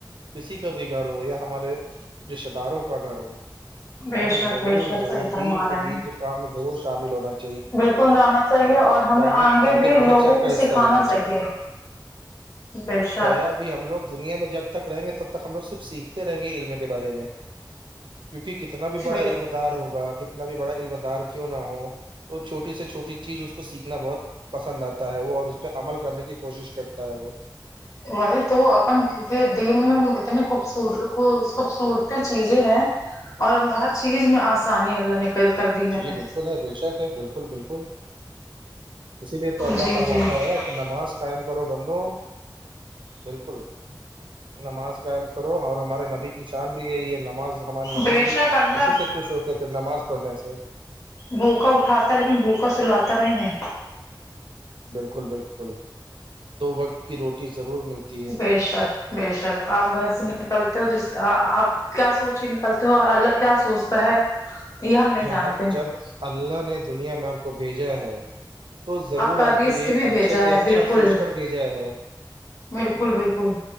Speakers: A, on the right; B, on the left.
A: کسی کا بھی گھر ہو یا ہمارے رشتتے داروں کا گھر ہو
B: بے
A: ہمیں
B: شک
A: ضرور
B: بے شک
A: ضرور
B: صحیح فرما
A: دین کے
B: رہے
A: دین
B: ہیں
A: کے کام میں ضرور شامل ہونا چاہ
B: بالکل جانا چاہیے اور ہمیں آگے
A: میں
B: بھی
A: بڑھ
B: لوگوں
A: چڑھ کر
B: کو
A: حصہ
B: سکھانا
A: لینا
B: چاہیے بیشاک
A: کیا ہے ابھی ہم لوگ دنیا میں جب تک رہیں گے تب تک ہم لوگ صرف سیکھتے رہیں گے علم کے بارے میں کیونکہ کتنا بھی بڑا
B: بے
A: علم دار ہوگا کتنا بھی بڑا علم دار کیوں نہ ہو اور چھوٹی سے چھوٹی چیز اس کو سیکھنا بہت پسند آتا ہے وہ اور اس پہ عمل کرنے کی کوشش کرتا ہے وہ
B: وہی تو اپن یہ دین میں اتنی خوبص خوبصورتی چیزیں ہیں اور ہر چیز میں آسانی اللہ نک کر دی ہے
A: جی بالکل بے شک ہے بالکل بالکل اسی لیے تو اللہ
B: جی
A: فرماتا
B: جی <unintelligible>
A: ہے کہ نماز قائم کرو بندوں بالکل نماز قائم کرو اور ہمارے نبی شان بھی ہے یہ نماز ہمارے نبی
B: بے
A: بھی
B: شک اللہ
A: اسی سے خوش ہوتے تھے نماز پڑھنے سے
B: بھوکا اٹھاتا لیکن بھوکا سلاتا نہیں ہے
A: بالکل بالکل دو وقت کی روٹی ضرور ملتی ہے
B: بے شک بے شک آپ گھر سے نکلتے ہو جس آپ کیا سوچ کے نکلتے ہو اللہ کیا سوچتا ہے یہ ہم نہیں
A: یہاں
B: جانتے
A: جب اللہ نے دنیا میں آپ کو بھیجا ہے تو ضرور
B: کا
A: آپ
B: رزق
A: کے لیے
B: بھی بھیجا
A: اچھے سے
B: ہے
A: اچھا
B: بالکل
A: سوچ کر بھیجا ہے
B: بالکل بالکل